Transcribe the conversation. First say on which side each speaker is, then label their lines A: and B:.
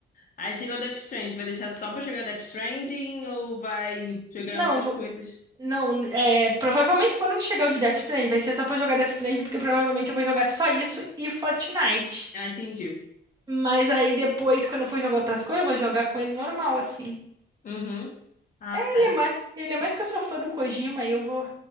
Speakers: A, on the left (about 50°); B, on the right (about 20°).
A: Aí chega o Death Stranding, vai deixar só pra jogar Death Stranding ou vai jogar
B: Não,
A: outras
B: vou-
A: coisas?
B: não, é, provavelmente quando chegar o de Death Stranding, vai ser só pra jogar Death Stranding, porque provavelmente eu vou jogar só isso e Fortnite.
A: Ah, entendi.
B: Mas aí depois, quando eu for jogar outras coisas, eu vou jogar com ele normal, assim.
A: Uhum. Ah,
B: Ele
A: tá aí.
B: é mais, ele é mais que eu sou fã do Kojima, aí eu vou,